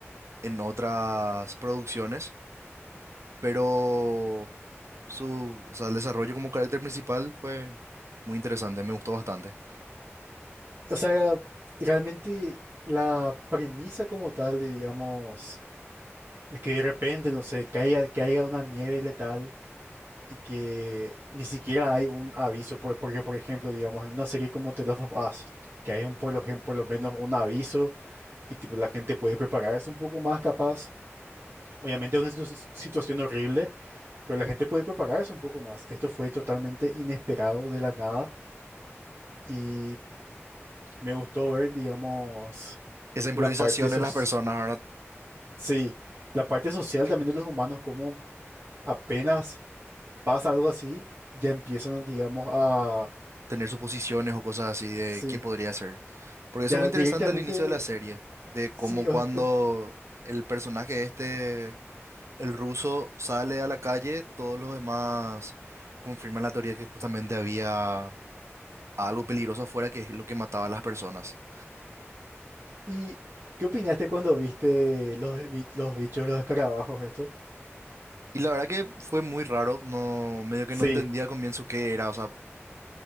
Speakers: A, on the right (about 75°); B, on the right (about 55°).
A: en otras producciones, pero su, o sea, el desarrollo como carácter principal fue muy interesante, me gustó bastante.
B: O sea, realmente la premisa como tal, de, digamos, de que de repente, no sé, caiga, caiga una nieve letal y que ni siquiera hay un aviso. por- Porque, por ejemplo, digamos, en una serie como The Last of Us, que hay un, por lo, gen- por lo menos un aviso y tipo la gente puede prepararse un poco más capaz. Obviamente es una situ- situación horrible Pero la gente puede prepararse un poco más. Esto fue totalmente inesperado de la nada y me gustó ver, digamos,
A: Esa improvisación
B: la parte sos-
A: en las personas, ahora
B: sí, la parte social también de los humanos, como apenas pasa algo así, ya empiezan, a, digamos, a,
A: tener suposiciones o cosas así de
B: sí,
A: qué podría ser. Porque
B: ya
A: eso fue interesante
B: directamente,
A: al inicio de la serie, de
B: sí.
A: cómo
B: o-
A: cuando
B: o-
A: el personaje este... El ruso sale a la calle, todos los demás confirman la teoría que justamente había algo peligroso afuera que es lo que mataba a las personas.
B: ¿Y qué opinaste cuando viste los, bi- los bichos, los escarabajos, esto?
A: Y la verdad que fue muy raro, no, medio que
B: Sí.
A: no entendía al comienzo qué era, o sea,